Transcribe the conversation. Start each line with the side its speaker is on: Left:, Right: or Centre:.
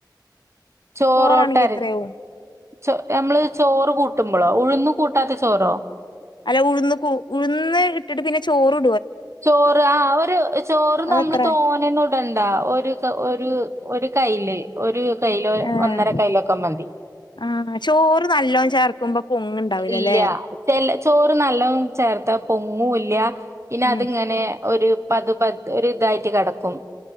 Right: ചോറോട്ടാര
Left: ചോറാണെങ്കി എത്രയാവും
Right: ച്ച് നമ്മള് ചോറ് കൂട്ടുമ്പൊളോ ഉഴുന്നു കൂട്ടാത്ത ചോറോ
Left: അല്ല ഉഴുന്ന് കു ഉഴുന്ന് ഇട്ടിട്ട് പിന്നെ ചോറ്
Right: ചോറ് ആഹ് ഒരു ചോറ്
Left: അതെത്ര
Right: നമ്മള് തോനെ ഒന്നും ഇടണ്ട ഒരു ഒരു ഒരു കൈയില് ഒരു കൈയിലോ
Left: ആഹ്
Right: ഒന്നര കൈയിലോ ഒക്കെ മതി
Left: ആഹ് ചോറ് നല്ലോണം ചേർക്കുമ്പോ പൊങ്ങുണ്ടാവൂലല്ലേ
Right: ഇല്ല ചെല ചോറ് നല്ലോം ചേർത്ത പൊങ്ങൂ
Left: ഉം
Right: അതിങ്ങനെ ഒരു പത് പത് ഒരിതായിട്ട് കെട്ക്കും